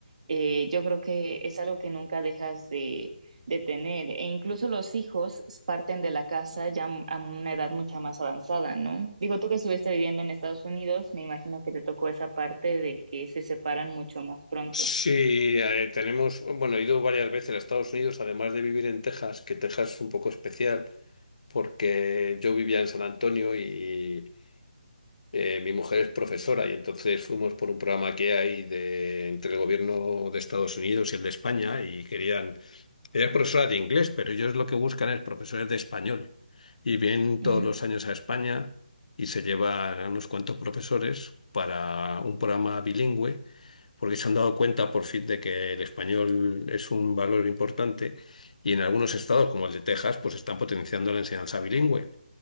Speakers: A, on the right (about 50°); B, on the left (about 55°).
A: Eh, yo creo que es algo que nunca dejas de de tener. E incluso los hijos parten de la casa ya a una edad mucha más avanzada, ¿no? Digo, tú que estuviste viviendo en Estados Unidos, me imagino que te tocó esa parte de que se separan mucho más pronto.
B: Sí, eh, tenemos, bueno, he ido varias veces a Estados Unidos, además de vivir en Texas, que Texas es un poco especial, porque yo vivía en San Antonio y eh, mi mujer es profesora y entonces fuimos por un programa que hay de, entre el gobierno de Estados Unidos y el de España y querían Ella es profesora de inglés, pero ellos lo que buscan es profesores de español. Y vienen todos
A: Mm.
B: los años a España y se llevan a unos cuantos profesores para un programa bilingüe, porque se han dado cuenta por fin de que el español es un valor importante y en algunos estados, como el de Texas, pues están potenciando la enseñanza bilingüe.